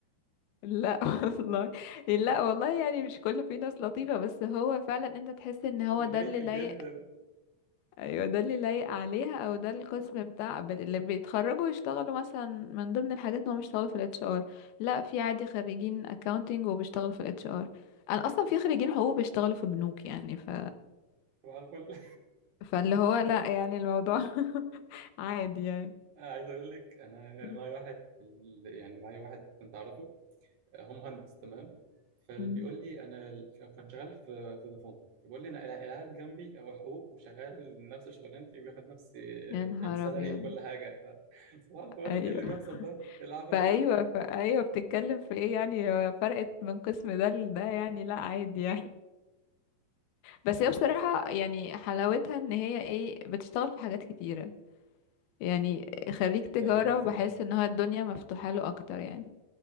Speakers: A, on the left; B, on the right.
A: لا <laughs> والله لا والله يعني مش كله فيه ناس لطيفة بس هو فعلا انت تحس ان هو
B: قليل
A: ده اللي لايق
B: جدا
A: ايوه ده اللي لايق عليها او ده القسم بتاع ب- اللي بيتخرجوا يشتغلوا مثلا من ضمن الحاجات ان هم بيشتغلوا في الاتش ار لا في عادي خريجين accounting وبيشتغلوا في الاتش ار انا اصلا في خريجين حقوق بيشتغلوا في بنوك يعني ف...
B: صباح الفل
A: فاللي هو لا يعني الموضوع <laughs> عادي يعني
B: <laughs> عايز اقول لك انا
A: <laughs>
B: معايا واحد في ال- يعني معايا واحد كنت اعرفه هو مهندس تمام فبيقول
A: مم.
B: لي انا كنت شغال في في فودافون فبيقول لي انا قاعد جنبي او حقوق وشغال نفس شغلانتي وبياخد نفس
A: يا نهار
B: السالري
A: ابيض
B: وكل حاجه ف- صباح الفل
A: ايوه
B: ايه اللي بيحصل ده؟ ايه العبث
A: فايوه
B: ده؟
A: فايوه بتتكلم في ايه يعني هو فرقت من قسم ده لده يعني لا عادي يعني بس
B: طيب
A: هي بصراحه يعني حلاوتها ان هي ايه بتشتغل في حاجات كتيره يعني خريج تجاره
B: زي ايه مثلا؟
A: بحس ان هو الدنيا مفتوحه له اكتر يعني